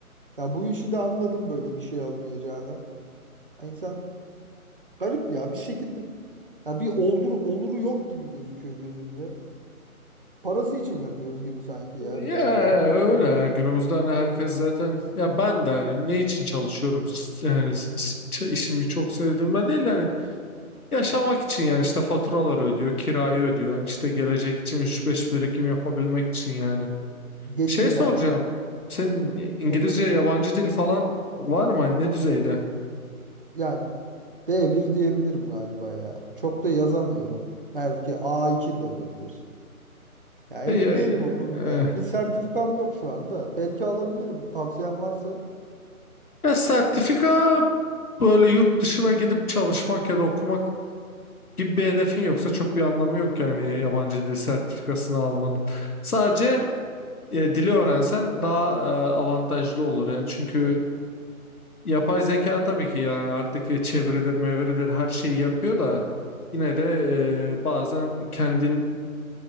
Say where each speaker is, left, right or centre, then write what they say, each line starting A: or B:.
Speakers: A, on the right; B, on the left.
A: Ya bu işi de anladım böyle bir şey olmayacağını. Ay İnsan garip ya bir şekilde ya bir oldur oluru yok gibi gözüküyor gözümde. Parası için yapıyoruz gibi sanki
B: Ya
A: ya biraz da.
B: öyle ya. günümüzde hani herkes zaten ya ben de hani ne için çalışıyorum S- yani s- s- işimi çok sevdiğim ben değil de hani yaşamak için yani işte faturaları ödüyor kirayı ödüyor yani işte gelecek için üç beş birikim yapabilmek için yani.
A: Geçim
B: Şey soracağım.
A: derdi.
B: Senin
A: Hı,
B: İngilizce
A: sohbet.
B: yabancı dil falan var mı? Hani Ne düzeyde?
A: Yani b bir diyebilirim galiba ya. Çok da yazamıyorum. Belki a iki de olabilir. Ya
B: E,
A: emin
B: Ya,
A: değilim
B: e,
A: o konuda.
B: e,
A: ya. Bir sertifikam yok şu anda. Belki alabilirim. Tavsiyen varsa.
B: ya sertifika böyle yurt dışına gidip çalışmak ya da okumak gibi bir hedefin yoksa çok bir anlamı yok yani yabancı dil sertifikasını almanın. Sadece e, dili öğrensen daha e, avantajlı olur yani. Çünkü yapay zeka tabii ki yani artık e, çeviridir, mevridir her şeyi yapıyor da yine de e, bazen kendin